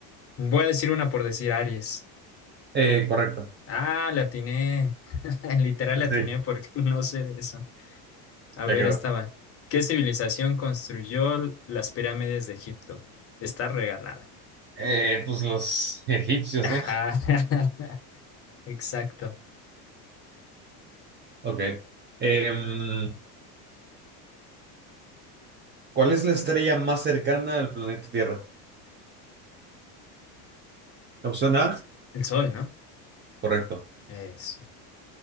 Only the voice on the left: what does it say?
voy a decir una por decir Aries.
Ah, le atiné. <laughs> Literal le atiné
porque <laughs> no sé de eso. A
ver,
estaba. ¿Qué civilización construyó las pirámides de Egipto? Está regalada.
<laughs> Ajá,
<laughs> Exacto.
El sol, ¿no?
Es.